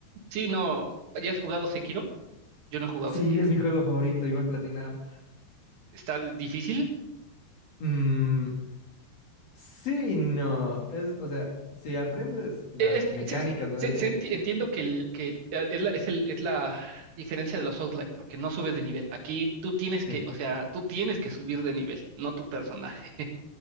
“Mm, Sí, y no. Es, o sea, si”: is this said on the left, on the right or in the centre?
Left